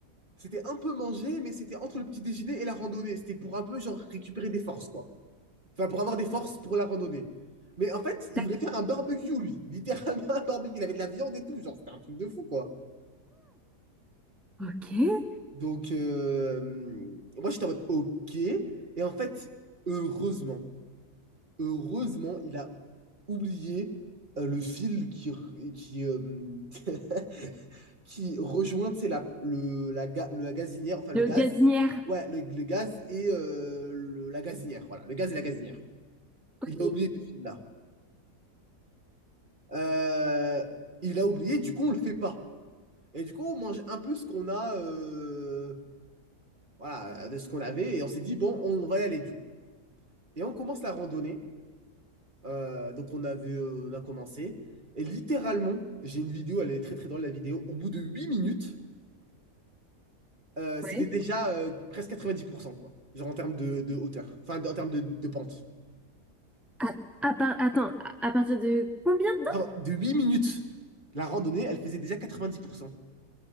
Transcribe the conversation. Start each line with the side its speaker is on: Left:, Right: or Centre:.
Right: C'était un peu manger, mais c'était entre le petit déjeuner et la randonnée. C'était pour un peu genre récupérer des forces, quoi. Enfin, pour avoir des forces pour la randonnée. Mais en fait, il
Centre: D'accord.
Right: voulait faire un barbecue, lui. <laughs> Littéralement un barbecue. Il avait de la viande et tout. Genre, c'était un truc de fou, quoi.
Centre: Ok.
Right: Donc, euh, moi, j'étais en mode OK. Et en fait, heureusement, heureusement, il a oublié euh, le fil qui, qui, euh, <laughs> qui rejoint, c'est la, le, la, ga- la gazinière, enfin le
Centre: Le
Right: gaz.
Centre: gazinière.
Right: Ouais, le, le gaz et euh, le- la gazinière. Voilà, le gaz et la gazinière.
Centre: Ok.
Right: Il a oublié le film là. Euh, il a oublié, du coup, on le fait pas. Et du coup, on mange un peu ce qu'on a, euh, voilà, de ce qu'on avait. Et on s'est dit, bon, on, va y aller du coup. Et on commence la randonnée. Euh, donc, on avait, euh, on a commencé. Et littéralement, j'ai une vidéo, elle est très très drôle la vidéo. Au bout de 8 minutes, euh, c'était
Centre: Ouais.
Right: déjà euh, presque 90%, quoi. Genre en termes de, de hauteur, enfin de- en termes de, de pente.
Centre: À, à par- attends, à, à partir de combien de temps?
Right: Genre de 8 minutes, la randonnée, elle faisait déjà 90%.